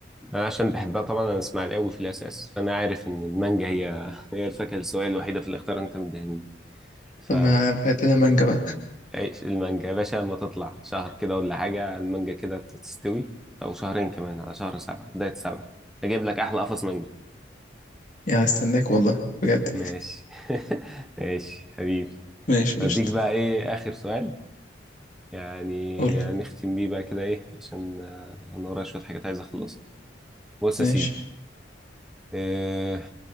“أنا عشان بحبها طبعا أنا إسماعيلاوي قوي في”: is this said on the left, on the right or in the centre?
Centre